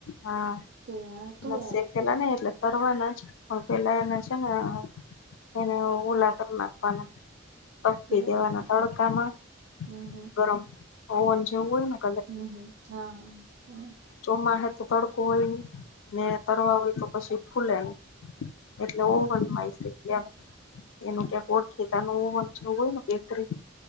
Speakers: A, on the left; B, on the right.
A: હા
B: તે તોય
A: બસકેલા
B: હાલે
A: ન એ લ- - કરવારના જ પણ પેલા એના છે ને- - એને ઉલાગર નાખવાના તપી
B: કેવા
A: દેવાના તડકામાં- -
B: હમ હમ- -
A: ગરમ ઓવન જેવું હોય- -
B: હમ હમ હા હા હા.
A: ચોમા હ તો તડકોું હોય ને? ને તરવા હોય તો પછી ફૂલે ને એટલે ઓવડ માય છે ત્યા? એનું ક્યાંક ખેતાનું હોય ને બે-